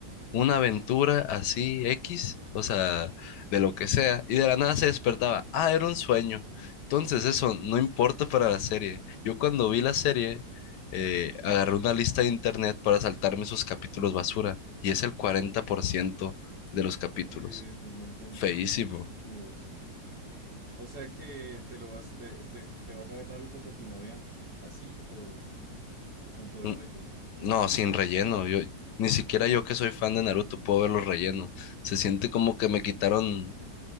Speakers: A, on the left; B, on the right.
A: una aventura así X, o sea, de lo que sea, y de la nada se despertaba, ah, era un sueño. Entonces
B: Ok,
A: eso no importa para la serie. Yo cuando vi la serie, eh, agarré una lista de internet para saltarme esos capítulos basura, y es el 40% de los capítulos.
B: eh, un montón
A: Feísimo.
B: de luz. O sea que te lo vas, te, te- te vas a ver Naruto con tu novia así o, o con todo
A: N-
B: y relleno.
A: No, sin relleno. Yo, ni siquiera yo que soy fan de Naruto puedo verlos relleno. Se siente como que me quitaron